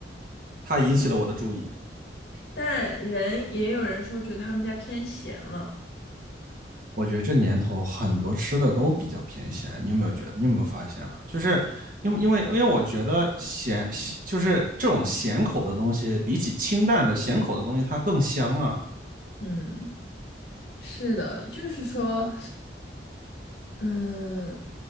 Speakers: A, on the right; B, on the left.
A: 它引起了我的注意。
B: 但人也有人说觉得他们家偏咸了。
A: 我觉得这年头很多吃的都比较偏咸，你有没有觉得？你有没有发现啊？就是因为因为因为我觉得咸就是这种咸口的东西，比起清淡的咸口的东西，它更香啊！
B: 嗯，是的，就是说。嗯，